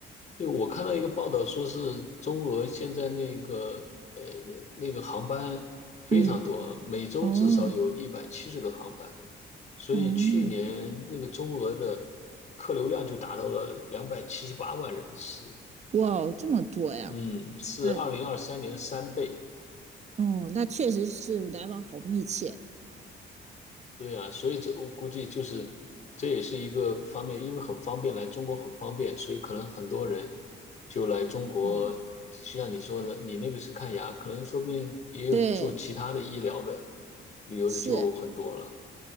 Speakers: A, on the left; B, on the right.
A: 因为我看到一个报道说是中俄现在那个呃那个航班非常多，
B: 嗯，
A: 每周至少有一百七十个航班，
B: 哦
A: 所以去年那个中俄的
B: 哦，
A: 客流量就达到了两百七十八万人次，
B: 哇，这么多呀！
A: 嗯，是二零二三年的三倍。
B: 啊，哦，那确实是来往好密切。
A: 对啊，所以这我估计就是这也是一个方面，因为很方便，来中国很方便，所以可能很多人就来中国。
B: 嗯，
A: 就像你说的，你那个是看牙，可能说不定也有做其他的医疗的、
B: 对，
A: 旅游的就很多了。
B: 是，